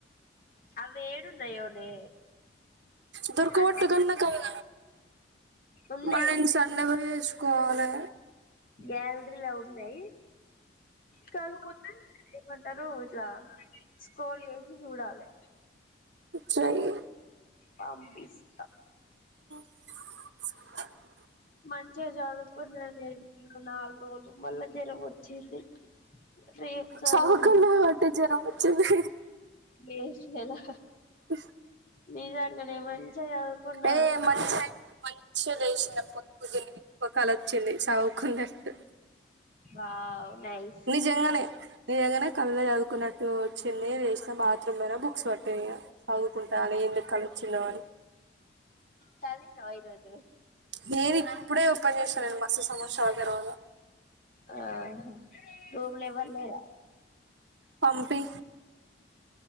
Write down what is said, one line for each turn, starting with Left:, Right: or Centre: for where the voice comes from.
Left: అవ్వి ఏడున్నాయోనే
Right: దొరక
Left: అంటే
Right: వట్టు గన్నా కల
Left: ఉన్నాయి
Right: మా అయ్యన సనగా పోయేచు కోలె
Left: గ్యాలరీలొ ఉన్నాయి. కాకపోతే కుంటారు ఇట్లా స్క్రోల్ చేసి చూడాలే.
Right: చెయ్యి
Left: పంపిస్తా.
Right: <inaudible>
Left: మంచిగా చదువుకున్నానే నాలుగు రోజులు. మల్లా జ్వరం వచ్చింది. రేపు చదవాలి
Right: సదువుకున్నావ్ కాబట్టే జ్వరం వచ్చింది.
Left: వేస్ట్ ఫెలో
Right: ఇస్
Left: నిజంగానే మంచిగా చదువుకున్నా.
Right: ఏ మంచి మంచిగా లేసిన పొద్దుగేలి ఓ కల వచ్చింది. సవుకున్నట్టు
Left: వావ్ నైస్
Right: నిజంగానే నిజగానే కలలో చదువుకున్నట్టు వచ్చింది. లేసిన బాత్రూమ్ పోయిన బుక్స్ పట్టిన ఇక్క చదువుకుంటాన ఎందుకు కల్లో చిన్నవని
Left: చదివినవ ఈరోజు
Right: నేను ఇప్పుడే ఓపెన్ చేసిన నేను, మస్త్ సంవత్సరాల తర్వాత.
Left: ఆహా రూమ్ లా ఎవర్ లేరా
Right: పంపి